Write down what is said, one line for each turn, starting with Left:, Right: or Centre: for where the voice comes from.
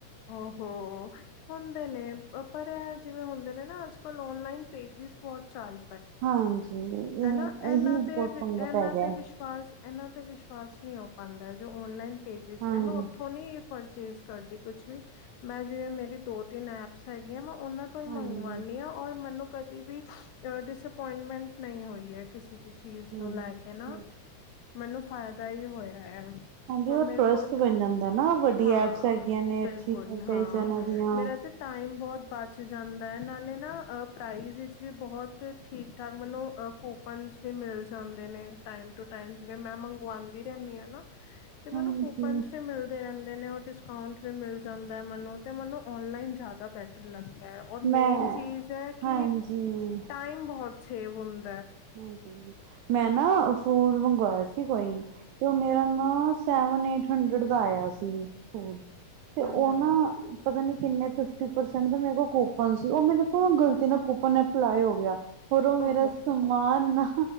Left: ਉਹ ਹੋ ਤੁਹਾਨੂੰ ਤੇ ਨੇ ਪਰ ਇਹ ਜਿਵੇਂ ਹੁੰਦੇ ਨੇ ਨਾ ਅੱਜ ਕੱਲ ਔਨਲਾਈਨ ਪੇਜਿਸ ਬਹੁਤ ਚੱਲ
Right: ਹਾਂਜੀ। ਇਹ
Left: ਹੈਨਾ ਇਹਨਾਂ
Right: ਇਹੀ
Left: ਤੇ
Right: ਬਹੁਤ
Left: ਵੀ
Right: ਪੰਗਾ
Left: ਇਹਨਾਂ
Right: ਪੈ ਗਿਆ
Left: ਤੇ
Right: ਹੈ।
Left: ਵਿਸ਼ਵਾ ਸ, ਇਹਨਾਂ ਤੇ ਵਿਸ਼ਵਾਸ ਨਹੀ ਹੋ ਪਾਂਦਾ ਏ, ਜੋ ਔਨਲਾਈਨ ਪੇਜਿਸ
Right: ਹਾਂਜੀ
Left: ਨੇ ਮੈਂ ਉਥੋਂ ਨੀ ਪਰਚੇਸ ਕਰਦੀ ਕੁਛ ਵੀ ਮੈਂ ਜਿਵੇਂ ਮੇਰੀ ਦੋ ਤਿੰਨ ਐਪ ਸਹੀ ਏ ਮੈਂ ਉਹਨਾਂ ਤੋਂ ਹੀ
Right: ਹਾਂਜੀ
Left: ਮੰਗਵਾਨੀ ਆਂ ਔਰ ਮੈਨੂੰ ਕਦੀ ਵੀ ਅ ਡਿਸੇਪੋਇੰਟਮੈਂਟ ਨਹੀਂ ਹੋਈ ਐ ਕਿਸੇ ਵੀ ਚੀਜ਼
Right: ਠੀਕ
Left: ਨੂੰ ਲੈ
Right: ਠੀਕ
Left: ਕੇ ਨਾ, ਮੈਨੂੰ ਫਾਇਦਾ ਹੀ ਹੋਇਆ ਏ।
Right: ਹਾਂਜੀ
Left: ਹੁਨ
Right: ਉਹ
Left: ਮੇਰੇ
Right: ਟਰਸਟ
Left: ਕੋਲ,
Right: ਬਣ ਜਾਂਦਾ ਨਾ ਵੱਡੀ
Left: ਹਾਂ
Right: ਐਪਸ ਹੈਗੀਆਂ ਨੇ
Left: ਬਿਲਕੁਲ,
Right: ਅੱਛੀ ਫਰੈਂਚਾਈਜ਼
Left: ਹਾਂ
Right: ਇਹਨਾਂ ਦੀਆਂ
Left: ਮੇਰਾ ਉਥੇ ਟਾਈਮ ਬਹੁਤ ਬਚ ਜਾਂਨ ਨਾਲੇ ਨਾ ਅ ਪ੍ਰਾਈਜ਼ ਇਚ ਈ ਬੋਹਤ ਠੀਕ ਠਾਕ ਮੈਨੂੰ ਅ ਕੁਪਨਸ ਵੀ ਮਿਲ ਜਾਂਦੇ ਨੇ ਟਾਇਮ ਟੂ ਟਾਇਮ ਜਿਵੇਂ ਮੈਂ ਮੰਗਵਾਦੀ ਰਹਿੰਦੀ ਆ ਨਾ ਤੇ ਮੈਨੂੰ
Right: ਹਾਂਜੀ
Left: ਕੂਪਨਸ ਵੀ ਮਿਲਦੇ ਰਹਿੰਦੇ ਨੇ ਉਹ ਡਿਸ ਆਂਟ ਵੀ ਮਿਲ ਜਾਂਦਾ ਐ ਮੈਨੂੰ ਤੇ ਮੈਨੂੰ ਔਨਲਾਈਨ ਜ਼ਿਆਦਾ ਬੈਟਰ ਲੱਗ ਦਾਏ ਓਰ
Right: ਮੈਂ
Left: ਮੇਨ ਚੀਜ਼ ਐ ਕਿ
Right: ਹਾਂਜੀ
Left: ਟਾਈਮ ਬਹੁਤ ਸੇਵ ਹੁੰਨ
Right: ਹਾਂਜੀ। ਮੈਂ ਨਾ ਫੂਲ ਮੰਗਵਾਇਆ ਸੀ ਕੋਈ, ਤੇ ਉਹ ਮੇਰਾ ਨਾ ਸੇਵਨ ਏਈਟ ਹੰਡਰਡ ਦਾ ਆਇਆ ਸੀ। ਹੋ ਤੇ ਉਹਨਾਂ?
Left: ਹਮ ਹਮ
Right: ਪਤਾ ਨਈ, ਕਿੰਨੇ ਫਿਫਟੀ ਪਰਸੈਂਟ ਮੇਰੇ ਕੋਲ ਕੁੱਪਨ ਸੀ। ਉਹ ਮੈ ਕੋ ਗਲਤੀ, ਨਾ ਕੁੱਪਨ ਅਪਲਾਈ ਹੋ ਗਿਆ। ਹੋਰ, ਉਹ ਮੇਰਾ
Left: ਓਹੋ
Right: ਸਮਾਨ ਨਾ,